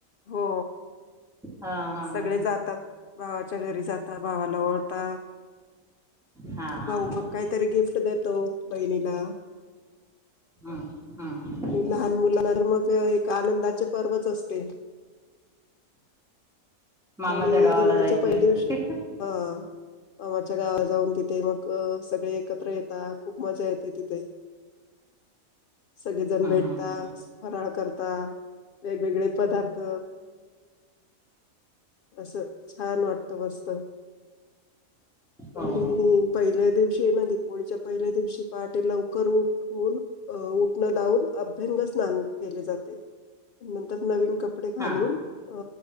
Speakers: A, on the left (about 70°); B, in the centre.
A: हो
B: हा हा
A: सगळे जातात भावाच्या घरी जातात हो भावाला ओवाळतात
B: हा हा हा.
A: भाऊ मग काहीतरी गिफ्ट देतो बहिणीला
B: हम्म हम्म हम्म
A: आणि लहान मुलांना तर मग एक आनंदाचे पर्वच असते
B: मामाच्या
A: आणि
B: गावाला
A: दिवाळीच्या
B: जायचंय
A: पहिल्या दिवशी
B: हम्म
A: हा मामाच्या गावात जाऊन तिथे मग सगळे एकत्र येतात खूप मजा येते तिथे सगळेजण भेटता
B: हम्म हम्म.
A: फराळ करता वेगवेगळे पदार्थ असं छान वाटतं मस्त
B: हो
A: आणि
B: हो
A: पहिल्या दिवशी ये ना दीपवाळीच्या पहिल्या दिवशी पहाटे लवकर उठून अ उ र्न लाऊन अभ्यंग स्नान केले जाते. नंतर नवीन कपडे
B: हा
A: घालून अ